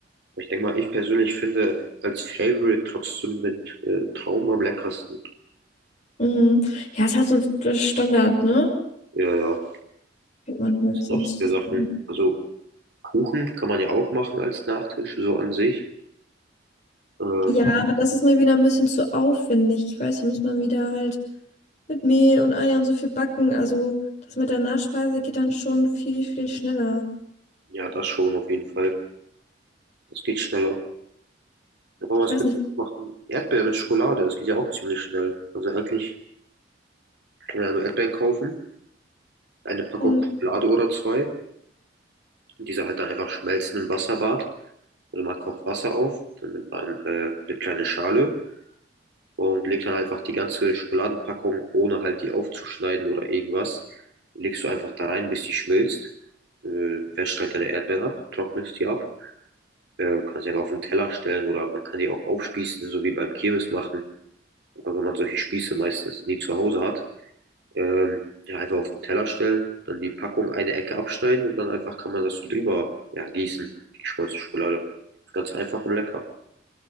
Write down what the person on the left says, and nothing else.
Mhm. Ja, ist halt so der Standard, ne?
Fängt man halt
sonst.
nicht
an.
Ja, aber das ist mir wieder ein bisschen zu aufwendig. Ich weiß, hier muss man wieder halt mit Mehl und Eiern so viel backen. Also das mit der Nachspeise geht dann schon viel, viel schneller.
Ich
weiß
nicht.
Mhm.